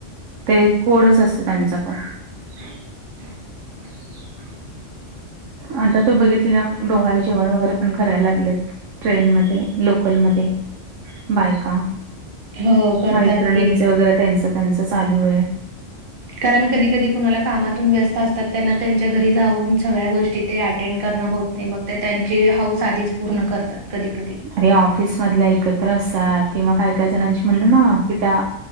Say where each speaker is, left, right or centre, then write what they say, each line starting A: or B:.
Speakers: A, on the right; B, on the right.
A: ते कोडच असते त्यांचा पण.
B: <inaudible>
A: अता तर बघितली ना डोहाळे जेवण वगैरे पण करायला लागले. ट्रेन मधे, लोकल मध्ये बायका.
B: हो करतात
A: मैत्रिणींचं
B: की.
A: वगैरे त्यांचं त्यांचं चालूए.
B: कारण कधी कधी कुणाला कामातून व्यस्त असतात त्यांना त्यांच्या घरी जाऊन सगळ्या गोष्टी ते अटेंड करणं होत नाही मग त्या त्यांची हौस आधीच पूर्ण करतात कधी कधी.
A: अरे ऑफिस मधल्या एकत्र असतात, किंवा काही काही जणांची म्हणलं ना कि त्या